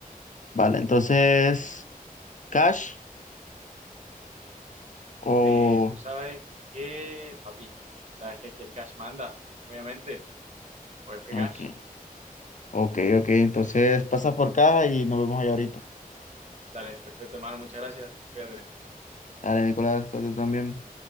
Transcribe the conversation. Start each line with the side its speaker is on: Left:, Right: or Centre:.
Left: Vale, entonces, cash o...
Right: Eh, tú sabes que, papi, sabes que aquí el cash manda, obviamente. Oye, ¿qué
Left: Ok,
Right: cash?
Left: ok, ok, entonces pasa por caja y nos vemos ahí ahorita.
Right: Dale, perfecto, hermano, muchas gracias. Cuídate.
Left: Dale, Nicolás, cuídate también.